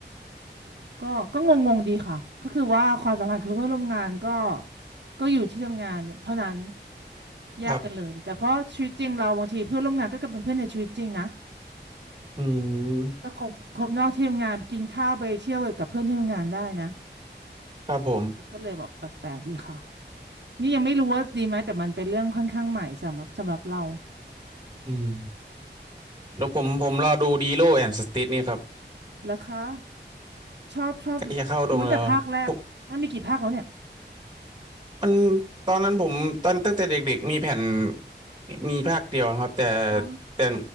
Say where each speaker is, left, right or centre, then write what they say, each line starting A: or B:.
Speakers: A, on the right; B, on the right.
A: ก็ก็งงๆดีค่ะก็คือว่าความสัมพันธ์คือเพื่อนร่วมงานก็ก็อยู่ที่ทำงานเท่านั้น แยกกันเลยแต่เพราะชีวิตจริงเราบางทีเพื่อนร่วมงานก็ก็เป็นเพื่อนในชีวิตจริงนะ
B: ครับอืม
A: ก็คบคบนอกที่ทำงานไปกินข้าวไปเที่ยวกับเพื่อนที่ทำงานได้นะ
B: ครับผม
A: ก็เลยแบบแปลกๆดีค่ะนี่ยังไม่รู้ว่าดีไหมแต่มันเป็นเรื่องค่อนข้างใหม่สำหรับสำหรับเรา
B: อืมแล้วผมผมรอดูดีโลแอนสติทนี่ครับ
A: แล้วคะชอบชอบ
B: ใกล้จะเข้าลงแล้วผม
A: รู้แต่ภาคแรกมันมีกี่ภาคแล้วเนี่ย
B: มันตอนนั้นผมตอนตั้งแต่เด็กๆมีแผ่นมีภาคเดียวนะครับแต่
A: อ๋อ
B: แต่